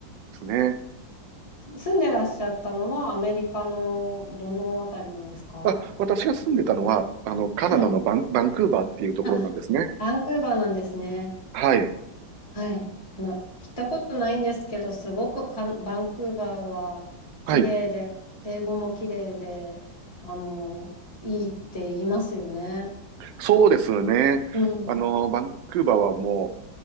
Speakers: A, on the right; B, on the left.
A: すね。
B: 住んでらっしゃったのはアメリカのどのあたりなんですか
A: あ、私が住んでたのは、あの、カナダのバン、
B: はい。
A: バンクーバーっていうところなんですね。
B: あ、バンクーバーなんですね。
A: はい。
B: はい。あの、行ったことないんですけど、すごくかん、バンクーバーは綺麗で、
A: はい。
B: 英語も綺麗で、あの、いいって言いますよね。
A: そうですね。
B: うん。
A: あの、バンクーバーはも